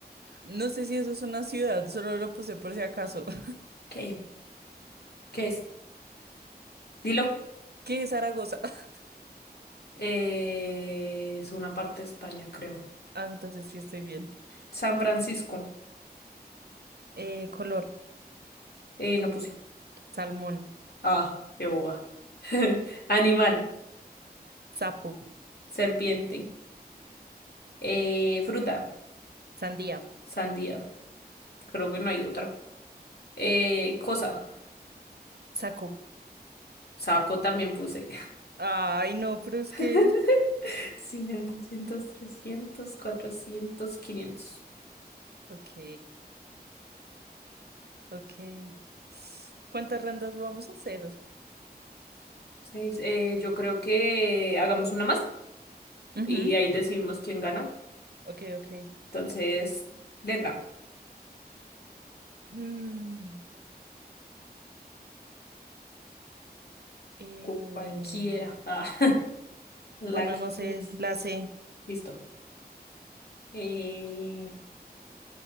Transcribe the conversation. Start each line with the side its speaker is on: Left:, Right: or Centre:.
Right: No sé si eso es una ciudad, solo lo puse por si acaso. <laughs>
Left: ¿qué? ¿Qué es? Dilo.
Right: ¿Qué es Zaragoza? <laughs>
Left: Eh, es una parte de España, creo.
Right: Ah, entonces sí estoy bien.
Left: San Francisco,
Right: Eh, color,
Left: eh, no puse.
Right: salmón,
Left: Ah, qué boba. <laughs> Animal,
Right: sapo,
Left: serpiente, eh, fruta,
Right: sandía,
Left: sandía, creo que no hay otra. Eh, cosa,
Right: saco.
Left: saco también puse.
Right: Ay, no, pero es
Left: <laughs>
Right: que...
Left: 100, 200, trescientos cuatrocientos quinientos
Right: Ok, ok. ¿Cuántas rondas vamos a hacer?
Left: Seis. Eh, yo creo que hagamos una más
Right: Ujú.
Left: y ahí decidimos quién gana.
Right: Ok, ok.
Left: Entonces, letra.
Right: Mm, eh,
Left: cu- Cualquiera. Ah, <laughs> la
Right: bueno,
Left: que
Right: no sé,
Left: quieres.
Right: la C.
Left: Listo. Eh,